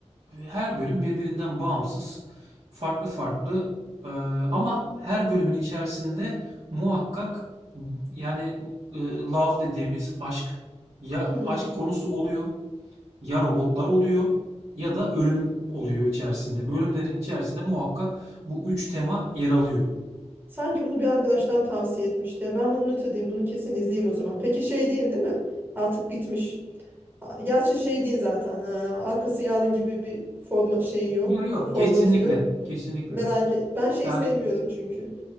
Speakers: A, on the right; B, on the right.
A: her bölüm birbirinden bağımsız, farklı farklı e, ama her bölümün içerisinde muhakkak yani e, love dediğimiz aşk ya
B: Hmm.
A: aşk konusu oluyor ya robotlar oluyor ya da ölüm oluyor içerisinde. Bölümlerin içerisinde muhakkak bu üç tema yer alıyor.
B: Sanki bunu bir arkadaş daha tavsiye etmişti ya. Ben bunu not edeyim, bunu kesin izleyeyim o zaman. Peki şey değil değil mi? Artık bitmiş. A- Gerçi şey değil zaten. ee, arkası yarın gibi bir forma şeyi yok.
A: Yok yok
B: Formatı
A: kesinlikle
B: yok.
A: kesinlikle.
B: Merak et. Ben şey
A: Yani
B: sevmiyorum çünkü.